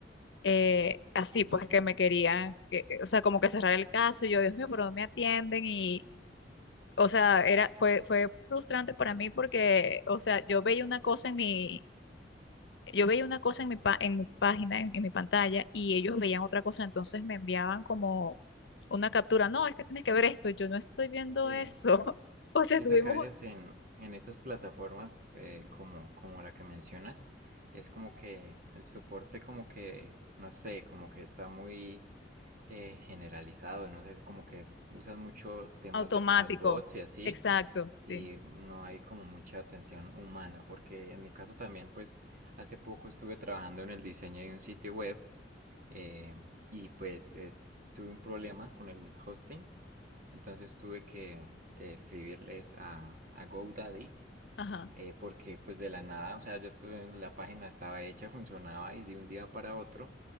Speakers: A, on the left; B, on the right.
A: eh, así
B: Sí,
A: pues que me querían, que, o sea, como que cerrar el caso y yo, Dios mío, ¿por dónde me atienden? O sea, era, fue, fue frustrante para mí porque, o sea, yo veía una cosa en mi, yo veía una cosa en mi, pa- en mi página, en, en mi pantalla, y ellos veían otra cosa, entonces me enviaban como una captura. No, es que tienes que ver esto, y yo no estoy viendo
B: sí.
A: eso. <laughs> O sea,
B: Pienso
A: tuvimos
B: que a veces
A: un
B: en, en esas plataformas eh, como, como la que mencionas, es como que el soporte como que, no sé, como que está muy eh, generalizado, no sé, es como que usan mucho temas
A: automático.
B: de chatbots y así,
A: Exacto, sí.
B: y no hay como mucha atención humana, porque en mi caso también, pues hace poco estuve trabajando en el diseño de un sitio web eh, y pues eh, tuve un problema con el hosting, entonces tuve que, que escribirles a, a GoDaddy
A: Ajá.
B: eh, porque pues de la nada, o sea, ya tuve- la página estaba hecha, funcionaba y de un día para otro